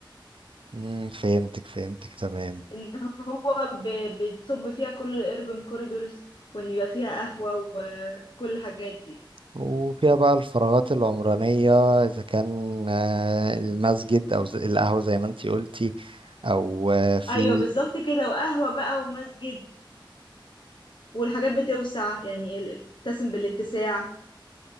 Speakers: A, on the right; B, on the left.
A: مم، فهمتك فهمتك تمام
B: اللي هو ب- بتصب فيها كل الاربن كوريدورز وان يبقى فيها قهوة وكل الحاجات دي
A: وفيها بقى الفراغات العمرانية إذا كان آه، المسجد أو ز- القهوة زي ما انتي قلتي أو آه، في
B: ايوه بالظبط كده وقهوة بقى ومسجد والحاجات بتوسع يعني ال- بتتسم بالاتساع